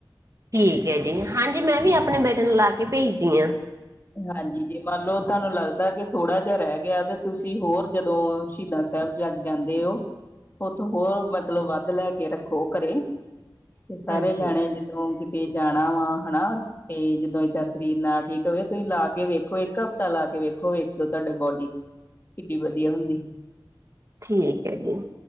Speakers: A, on the right; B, on the left.
A: ਠੀਕ ਹੈ ਜੀ, ਹਾਂਜੀ ਮੈਂ ਵੀ ਆਪਣੇ ਬੇਟੇ ਨੂੰ ਲਾ ਕੇ ਭੇਜਦੀ ਹਾਂ।
B: ਹਾਂਜੀ ਜੀ, ਮੰਨ ਲਓ ਤੁਹਾਨੂੰ ਲੱਗਦਾ ਕਿ ਥੋੜਾ ਜਿਹਾ ਰਹਿ ਗਿਆ ਤੇ ਤੁਸੀਂ ਹੋਰ ਜਦੋਂ ਸ਼ਹੀਦਾਂ। ਸਾਹਿਬਜ਼ਾਦ ਜਾਂਦੇ ਹੋ, ਉੱਥੋਂ ਹੋਰ ਮਤਲਬ ਵੱਧ ਲੈ ਕੇ ਰੱਖੋ ਘਰੇ। ਤੇ ਸਾਰੇ
A: ਹਾਂਜੀ
B: ਜਾਣੇ ਜਦੋਂ ਕਿਤੇ ਜਾਣਾ ਵਾ ਹਨਾ, ਤੇ ਜਦੋਂ ਏਦਾਂ ਸਰੀਰ ਨਾ ਠੀਕ। ਵੇ ਤੁਸੀਂ ਲਾ ਕੇ ਵੇਖੋ ਇੱਕ ਹਫ਼ਤਾ ਲਾ ਕੇ ਵੇਖੋ, ਵੇਖਿਓ ਤੁਹਾਡੇ ਬੋਡੀ। ਕਿੱਡੀ ਵਧੀਆ ਹੁੰਦੀ।
A: ਠੀਕ ਹੈ ਜੀ।